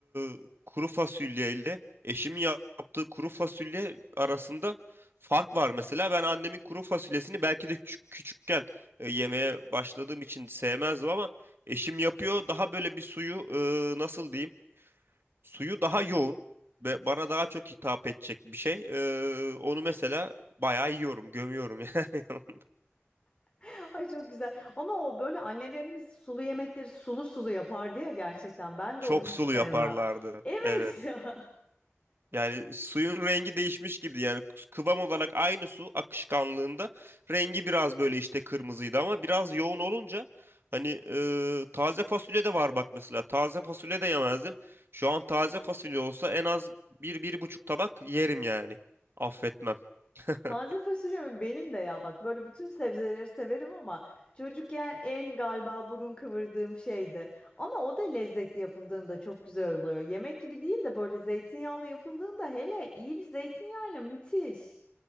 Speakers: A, on the right (about 55°); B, on the left (about 25°).
A: e, kuru fasulye ile eşimin yap- yaptığı kuru fasulye arasında fark var mesela. Ben annemin kuru fasulyesini belki de küçük, küçükken e, yemeye başladığım için sevmezdim ama eşim yapıyor. Daha böyle bir suyu e, nasıl diyeyim? Suyu daha yoğun ve bana daha çok hitap edecek bir şey. E, onu mesela bayağı yiyorum, gömüyorum yani. <laughs>
B: <laughs> Ay çok güzel. Ama o böyle annelerimiz sulu yemekleri sulu sulu yapardı ya gerçekten. Ben
A: Çok
B: de onu hiç
A: sulu
B: sevmem.
A: yaparlardı.
B: Evet
A: Evet.
B: <laughs> ya.
A: Yani suyun rengi değişmiş gibi yani kıvam olarak aynı su akışkanlığında rengi biraz böyle işte kırmızıydı ama biraz yoğun olunca hani e, taze fasulye de var bak mesela taze fasulye de yemezdim. Şu an taze fasulye olsa en az bir bir buçuk tabak yerim yani. Affetmem. <laughs>
B: Taze fasulyem benim de ya bak böyle bütün sebzeleri severim ama çocukken en galiba burun kıvırdığım şeydi. Ama o da lezzetli yapıldığında çok güzel oluyor. Yemek gibi değil de böyle zeytinyağlı yapıldığında hele iyi bir zeytinyağıyla müthiş.